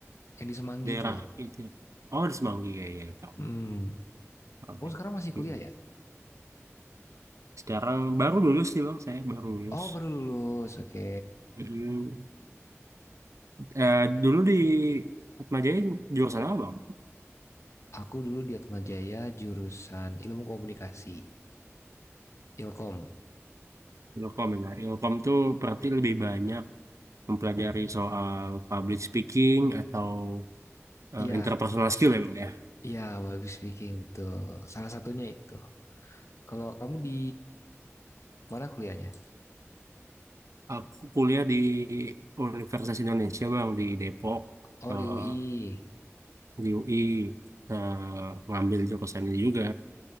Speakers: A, on the left; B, on the right.
A: yang di Semanggi
B: daerah
A: itu loh.
B: itu ya. Oh, di Semanggi ya, ya, tahu.
A: Hmm.
B: Oke.
A: Kamu sekarang masih kuliah
B: Hmm.
A: ya?
B: Sekarang baru lulus sih Bang, saya baru lulus.
A: Oh, baru lulus. Oke.
B: Hmm. Eh, dulu di Atma Jaya jurusan apa Bang?
A: Aku dulu di Atmajaya jurusan Ilmu Komunikasi, Ilkom.
B: Ilkom ya. Ilkom tuh berarti lebih banyak mempelajari soal public speaking atau eh,
A: Iya,
B: interpersonal skill ya Bang ya?
A: iya, public speaking betul. Salah satunya itu. Kalau kamu di mana kuliahnya?
B: Aku kuliah di Universitas Indonesia bang di Depok
A: Oh,
B: eh,
A: di UI.
B: di UI eh, ngambil jurusan ini juga